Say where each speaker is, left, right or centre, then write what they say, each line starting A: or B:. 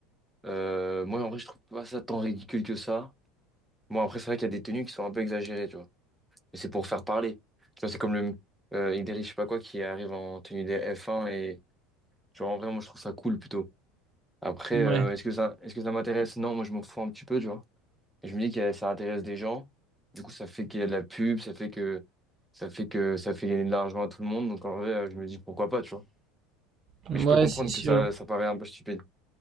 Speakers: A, in the centre; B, on the right.
A: Euh, moi, en vrai, je trouve pas ça tant ridicule que ça. Bon, après, c'est vrai qu'il y a des tenues qui sont un peu exagérées, tu vois. Mais c'est pour faire parler. Tu vois, c'est comme le euh, Idriss, je sais pas quoi, qui arrive en tenue des F1 et, genre, en vrai, moi, je trouve ça cool plutôt. Après,
B: Ouais.
A: euh, est-ce que ça, est-ce que ça m'intéresse? Non, moi, je m'en fous un petit peu, tu vois. Et je me dis que ça intéresse des gens. Du coup, ça fait qu'il y a de la pub, ça fait que ça fait que ça fait gagner de l'argent à tout le monde. Donc en vrai, je me dis pourquoi pas, tu vois.
B: Mm.
A: Mais je peux
B: Ouais,
A: comprendre
B: c'est sûr.
A: que ça, ça paraît un peu stupide.